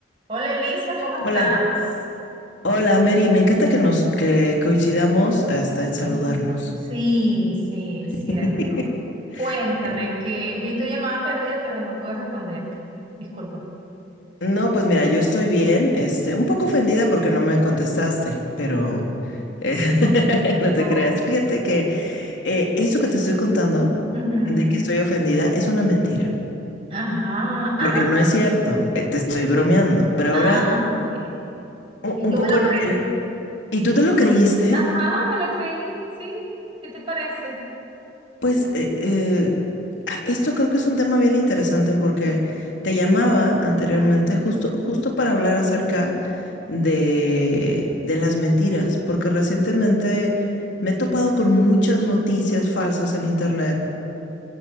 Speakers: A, on the right (about 30°); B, on the left (about 75°).
A: Hola Elisa, ¿cómo
B: Hola,
A: estás?
B: hola Mary, me encanta que nos que coincidamos hasta en saludarnos.
A: Ujú. Sí, sí,
B: <laughs>
A: cierto. Cuéntame,
B: Eh,
A: que vi tu llamada perdida, pero no puedo responderte. Disculpa.
B: No, pues mira, yo estoy bien, este, un poco ofendida porque no me contestaste, pero eh, <laughs> no te
A: Oh.
B: creas. Fíjate que eh, eso que te estoy contando
A: Ujú.
B: de que estoy ofendida es una mentira,
A: Ajá. Ah,
B: porque no es cierto, eh, te estoy bromeando, pero
A: ah,
B: ahora
A: ok.
B: u-
A: Y
B: un
A: tú
B: poco
A: me lo
B: lo
A: creí.
B: que... ¿Y tú te lo creíste?
A: Ajá, me lo creí, sí. ¿Qué te parece?
B: Pues eh, eh, ah, esto creo que es un tema bien interesante porque te llamaba anteriormente
A: Ajá.
B: justo, justo para hablar acerca de, de las mentiras, porque recientemente me he topado con muchas noticias falsas en internet